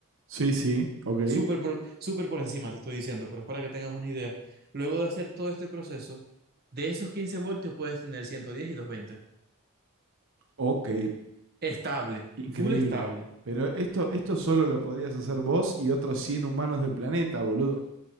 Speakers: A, on the right; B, on the right.
A: Sí, sí, ok,
B: Súper por, súper por encima te estoy diciendo, pero es para que tengas una idea. Luego de hacer todo este proceso, de esos 15 voltios puedes tener 110 y doscientos veinte
A: ok,
B: Estable,
A: increíble.
B: full estable. <laughs>
A: Pero esto, esto solo lo podrías hacer vos y otros 100 humanos del planeta, boludo.